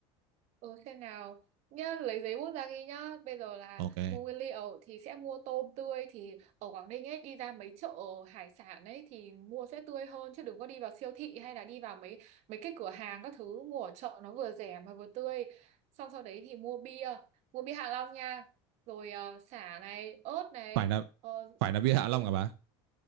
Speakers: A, on the right; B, on the right.
A: Ừ, xem nào nhá lấy giấy bút ra ghi nhá bây giờ là
B: ok
A: mua nguyên liệu thì sẽ mua tôm tươi thì ở Quảng Ninh ấy đi ra mấy chợ hải sản ấy thì mua sẽ tươi hơn chứ đừng có đi vào siêu thị hay là đi vào mấy mấy cái cửa hàng các thứ mua ở chợ nó vừa rẻ mà vừa tươi xong sau đấy thì mua bia mua bia Hạ Long nha rồi ờ, sả này ớt này
B: phải là
A: ờ,
B: phải là bia Hạ
A: rồi
B: Long cả bà